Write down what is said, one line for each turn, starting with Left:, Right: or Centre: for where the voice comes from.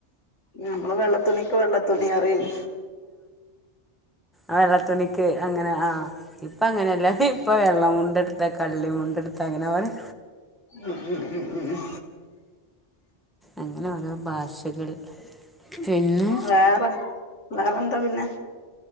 Left: നമ്മള് വെള്ളത്തുണിക്ക് വെള്ളത്തുണി റിയും
Centre: ആ വെള്ളത്തുണിക്ക് അങ്ങനെ ആഹ് ഇപ്പ അങ്ങനെയല്ലാ ഇപ്പ വെള്ളമു ണ്ടെടുത്തക്ക കള്ളി മുണ്ടെടുത്ത അങ്ങനെ പറയ
Left: ഉം ഉം ഉം ഉ
Centre: അങ്ങനെ ഓരോ ഭാഷകൾ പിന്നെ
Left: വേറെ വേറെന്താ പിന്നെ